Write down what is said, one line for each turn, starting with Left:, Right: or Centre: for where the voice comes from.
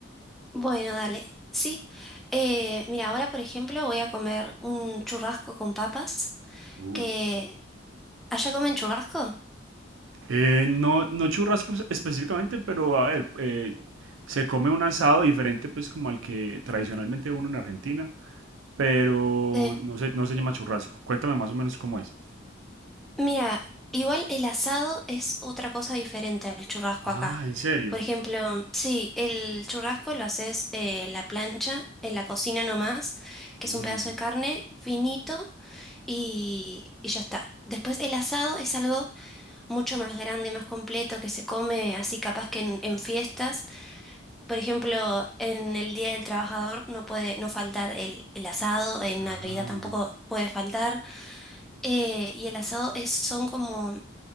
Centre: Bueno, dale. Sí. Eh, mira, ahora, por ejemplo, voy a comer un churrasco con papas,
Right: Uh,
Centre: que allá comen churrasco.
Right: Eh, no, no churrascos específicamente, pero a ver, eh, se come un asado diferente pues como al que tradicionalmente uno en Argentina, pero
Centre: Eh,
Right: no se, no se llama churrasco. Cuéntame más o menos cómo es.
Centre: mira, igual el asado es otra cosa diferente al churrasco
Right: Ah,
Centre: acá.
Right: ¿en serio?
Centre: Por ejemplo, sí, el churrasco lo haces eh, en la plancha, en la cocina nomás, que
Right: Mm,
Centre: es un pedazo de carne finito y, y ya está. Después el asado es algo mucho más grande, más completo, que se come así capaz que en, en fiestas. Por ejemplo, en el Día del Trabajador no puede no faltar el, el asado, en
Right: ah.
Centre: Navidad tampoco puede faltar. eh, y el asado es, son como...